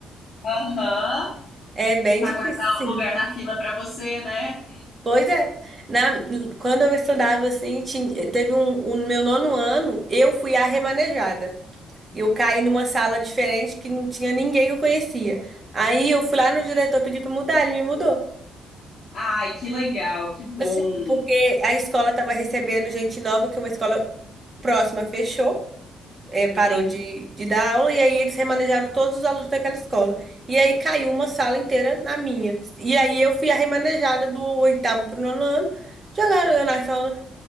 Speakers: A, on the left; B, on the right.
A: Aham,
B: é bem
A: pra
B: difícil,
A: guardar
B: sim.
A: o lugar na fila pra você, né?
B: Pois é. Na... Quando eu estudava assim, tinha... teve um... o meu nono ano, eu fui a remanejada. E eu caí numa sala diferente que não tinha ninguém que eu conhecia. Aí eu fui lá no diretor pedir para mudar, ele me mudou.
A: Ai, que legal, que bom.
B: Assim, porque a escola estava recebendo gente nova, que é uma escola próxima fechou, é, parou
A: Entendi.
B: de, de dar aula, e aí eles remanejaram todos os alunos daquela escola. E aí caiu uma sala inteira na minha. E aí eu fui a remanejada do oitavo pro nono ano, jogaram eu na sala